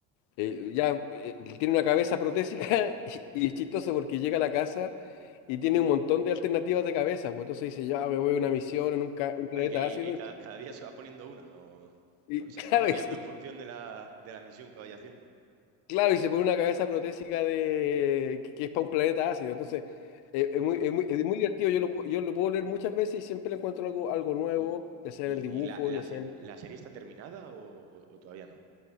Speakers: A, on the left; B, on the right.
A: eh, ya eh, tiene una cabeza protésica <laughs> y, y es chistoso porque llega a la casa y tiene un montón de alternativas de cabeza. Pues entonces dice, ya me voy a una misión en un, ca- un planeta
B: Ay, que y,
A: ácido.
B: y cada, cada día se va poniendo una, o,
A: Y
B: o
A: <laughs>
B: sea,
A: claro,
B: va variando
A: y,
B: en función de la, de la misión que vaya haciendo.
A: Claro, y se pone una cabeza protésica de que, que es para un planeta ácido. Entonces, eh, es
B: Onda.
A: muy, es muy, es muy divertido. Yo lo, pu- yo lo puedo leer muchas veces y siempre le encuentro algo, algo nuevo,
B: ¿Y,
A: ya sea
B: y
A: en el dibujo,
B: la, la,
A: ya
B: se-
A: sea en...
B: la serie está terminada o, o- o todavía no?